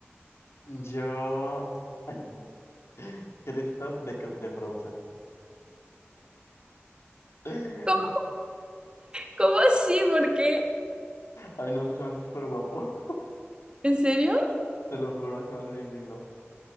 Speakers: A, on the left (about 80°); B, on the right (about 20°).
A: Yo, <laughs> Kristoff de, de Frozen. <laughs>
B: ¿Cómo, cómo así? ¿Por qué?
A: Ay, no sé, se me hace súper guapo.
B: ¿En serio?
A: Te lo juro, se me hace bien lindo.